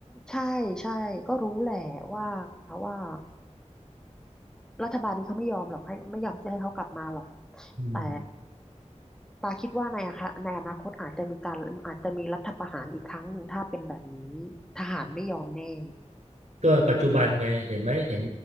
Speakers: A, in the centre; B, on the right (about 60°).
A: ใช่ใช่ก็รู้แหละว่าว่ารัฐบาลนี้เขาไม่ยอมหรอกให้ไม่ยอมที่จะให้เขากลับมาหรอก
B: อืม
A: แต่ปาคิดว่าในอะคะในอนาคตอาจจะมีการอาจจะมีรัฐประหารอีกครั้งหนึ่งถ้าเป็นแบบนี้ทหารไม่ยอมแน่
B: ก็ปัจจุบันไง
A: อืม
B: เห็นไหม เห็น